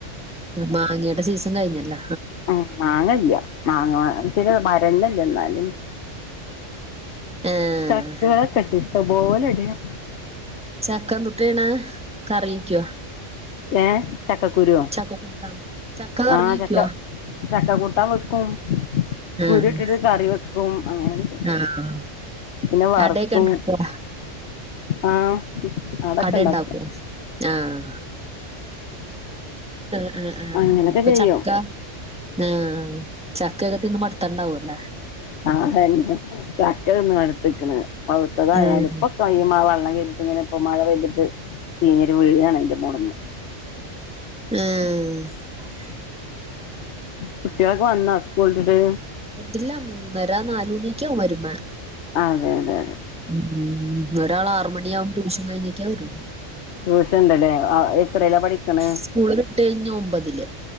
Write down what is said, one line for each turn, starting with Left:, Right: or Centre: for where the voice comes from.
Centre: മാങ്ങയുടെ സീ സൺ കഴിഞ്ഞല്ല?
Left: ഉം മാങ്ങല്ല മാങ്ങാ മാ ര്ത്തിന്റെ മരന്നെയ് എന്നാലും <unintelligible>
Centre: ഏഹ്
Left: തബോലെണ്ട് യാ
Centre: ചക്കന്തുട്ടായ്യ്ണേ കറ്യേക്കോ?
Left: ഏഹ് ചക്കക്കുരോ.
Centre: ചക്കക്കൂട്ടാൻ ചക്ക കറി
Left: ആ
Centre: വെക്കുവാ
Left: ചക്ക ചക്കകൂ ട്ടാൻ വെക്കും. കുരുയിട്ടിട്ട്
Centre: ആഹ്
Left: കറി വെക്ക് ക്കും അങ്ങനൊക്കെ.
Centre: ആഹ്
Left: പിന്നെ വറുക്കും.
Centre: അടയൊക്കെ ഉണ്ടാക്കുവോ
Left: ആഹ് അടൊക്കെ
Centre: അടേണ്ടാക്കും
Left: ഉണ്ടാക്കും
Centre: ആഹ് ഏ ഏ
Left: അങ്ങനൊക്കെ
Centre: പ്പ
Left: ചെയ്യും
Centre: ചക്ക ആഹ് ചക്കയൊക്കെ തിന്ന് മടിത്ണ്ടാവുല്ലേ?
Left: ആതെന്നെ ചക്ക തിന്ന് മട്ത്ത്ക്ക്ണ് പഴുത്തതായാലും
Centre: ആഹ്
Left: ഇപ്പൊക്കയിൻമേ വെള്ളം വെലുതിങ്ങനെപ്പം മഴ പെയ്തിട്ട് ചീഞ്ഞിട് വീഴാണ് അയിന്റെ മോളിന്ന്.
Centre: ആഹ്
Left: കുട്ട്യാളൊക്കെ വന്നോ സ്കൂൾട്ട്? ട്ട്
Centre: ഇല്ല മൂന്നര നാലുമണിയൊക്കെ ആവും വരുമ്മേ.
Left: അതെ അതെ അതെ
Centre: ഉം ഒരാളാറുമണിയാകും ട്യൂഷൻ കഴിഞ്ഞേ ക്കാവരുളു.
Left: ട്യൂഷണ്ട്ല്ലേ ആഹ് എത്രേലാ പഠിക്ക്ണേ
Centre: സ്കൂള് വിട്ട് കഴിഞ്ഞ് ഒമ്പതില്